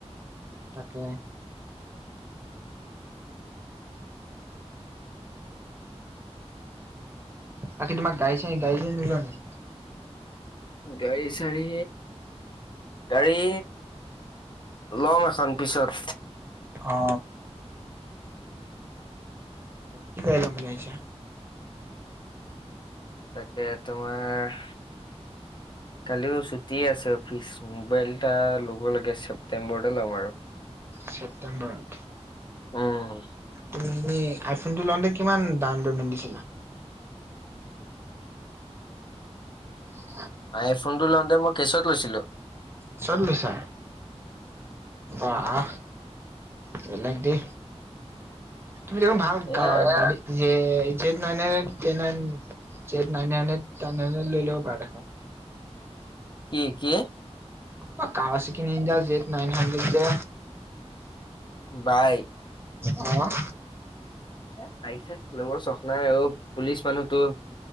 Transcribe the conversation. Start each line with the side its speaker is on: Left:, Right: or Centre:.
Right: তাকে বাকী তোমাক গাড়ী চাৰি গাড়ী চাৰি নলোৱা নেকি
Left: গাড়ী চাৰি গাড়ী ল'ম এখন পিছত
Right: অ কি গাড়ী লম বুলি ভাবিছা
Left: তাকে তোমাৰ কালিও ছুটি আছে অফিচ মোবাইল এটা ল'ব লাগে ছেপটেম্বৰতে ল'ম আৰু
Right: ছেপ্টেম্বৰত
Left: উম,
Right: তুমি আইফোনটো লওঁতে কিমান দাম পেমেন্ট দিছিলা উ
Left: আইফোন টো লওঁতে মই কেছত লৈছিলো
Right: কেছত লৈছা আহ বেলেগ দে তুমি দেখোন ভাল
Left: এয়া
Right: গাড়ী যে জেত নহয় নে তেনে জেত নন ন তেনে লৈ লব পাৰা।
Left: কি কি
Right: আ কাৱাছাকি ইণ্ডিয়া জেত নাইন হাণ্ডেদ যে
Left: বাইক
Right: অহঁ
Left: এ বাইক চাইক লবৰ চোখ নাই অ পুলিচ মানুহতো।